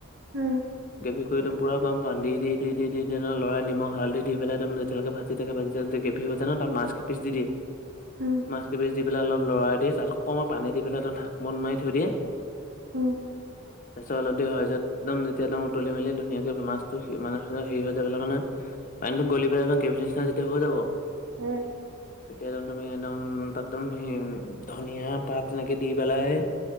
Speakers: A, on the right; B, on the left.
A: উম',।
B: গেভি কৰিদম পুৰাম বান্ধি দি- দি- দি- দি- দি লৰাই নিমখ হালধি দি পেলাই একদম তেতিয়ালেকে ভাজি থাকে ভাজি থাকে গ্ৰেভি হৈ যাই ন', তাত মাছ কিপিছ দি দিয়ে।
A: উম',।
B: মাছ কেইপিচ দি পেলাই অলপ লৰাই দিয়ে, তাত অকণমান পানী দি পেলাই অ' ঢাকোন মাৰি থৈ দিয়ে
A: উম',।
B: তাৰপছত অলপ দি হয় যে, একদম যেতিয়া একদম উতলি মেলি ধুনীয়াকে মাছটো মানে হেৰি হৈ যায় পেলাই মানে পানীতো গলি পেলাই একদম গ্ৰেভি নিচিনা যেতিয়া হৈ যাব,
A: উম
B: তেতিয়া চোন তুমি একদম তাত একদম সেই ধনিয়া পাত এনেকৈ দি পেলাই।